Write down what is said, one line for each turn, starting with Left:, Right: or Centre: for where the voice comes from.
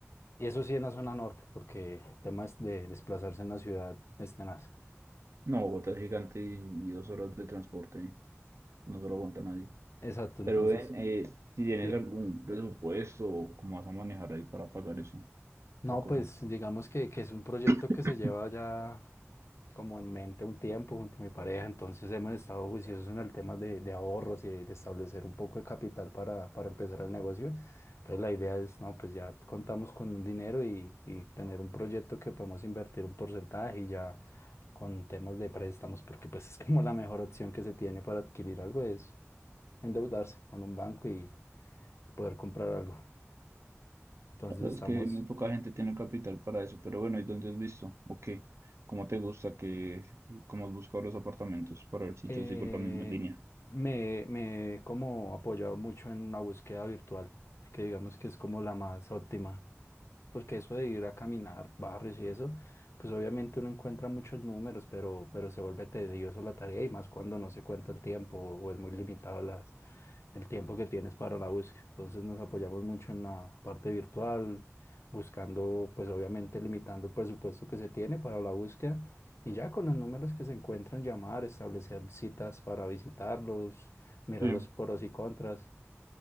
Left: y eso sí en la zona norte, porque temas de desplazarse en la ciudad es tenaz.
Right: No, Bogotá es gigante y, y dos horas de transporte, no se lo aguanta nadie.
Left: Exacto, entonces,
Right: Pero ven, eh, si tienes
Left: sí.
Right: algún presupuesto, o ¿cómo vas a manejar ahí para pagar eso,
Left: No,
Right: esa cosa?
Left: pues digamos que, que es un proyecto
Right: <coughs>
Left: que se lleva ya como en mente un tiempo junto a mi pareja, entonces hemos estado juiciosos en el tema de, de ahorros y de, de establecer un poco de capital para, para empezar el negocio. Entonces la idea es, no, pues ya contamos con dinero y, y tener un proyecto que podemos invertir un porcentaje y ya con temas de préstamos, porque pues es como la mejor opción que se tiene para adquirir algo es endeudarse con un banco y poder comprar algo. Entonces
Right: La verdad
Left: estamos...
Right: es que muy poca gente tiene capital para eso, pero bueno, ¿y dónde has visto? ¿O qué? ¿Cómo te gusta que, cómo has buscado los apartamentos para ver si
Left: eh,
Right: yo sigo la misma línea?
Left: me, me he como apoyado mucho en la búsqueda virtual, que digamos que es como la más óptima porque eso de ir a caminar barrios y eso, pues obviamente uno encuentra muchos números, pero, pero se vuelve tedioso la tarea y más cuando no se cuenta el tiempo o es muy limitado las, el tiempo que tienes para la búsqueda. Entonces nos apoyamos mucho en la parte virtual, buscando, pues obviamente limitando el presupuesto que se tiene para la búsqueda y ya con los números que se encuentran, llamar, establecer citas para visitarlos, mirar
Right: Sí,
Left: los pros y contras.